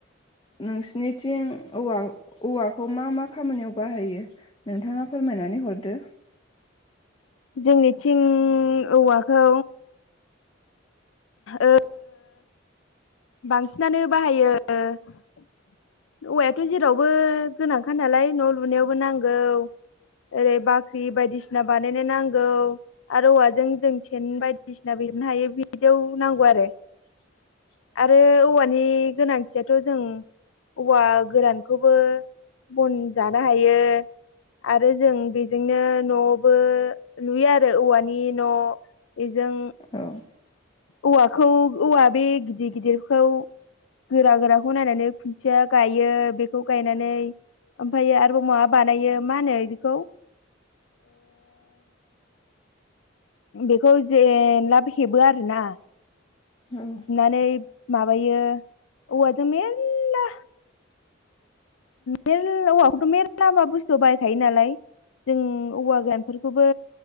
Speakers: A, on the left (about 25°); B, on the left (about 85°).
A: नोंसिनिथिं औवा औवाखौ मा-मा खामानियाव बाहायो नोंथाङा फोरमायना नानै हरदो
B: जोंनिथिं औवाखौ ओ बांसिनानो बाहायो औवायाथ' जेरावबो गोनांखा नालाय न' लुनायावबो नांगौ ओरै बाख्रि बायदिसिना बानायनो नांगौ आरो औवाजों जों सेन बायदिसिना लिरनो हायो बिदियाव नांगौ आरो
A: <inaudible>
B: आरो औवानि गोनांथि थियाथ' जों औवा गोरानखौबो बन जानो हायो आरो जों बेजोंनो न'बो लुयो आरो औवानि न' बेजों
A: औ
B: औवाखौ औवा बे गिदिर गिदिरखौ गोरा गोराखौ नायनानै खुन्थिया गायो बेखौ गायनानै ओमफ्रायो आरोबाव माबा बानायो मा होनो बिखौ बेखौ जेन लाब हेबो आरोना
A: औ
B: माने माबायो औवाजों मेरला मेरला औवाखौथ' मेरला लामा बुस्थु बायखायो नालाय जों औवा गोरानफोरखौबो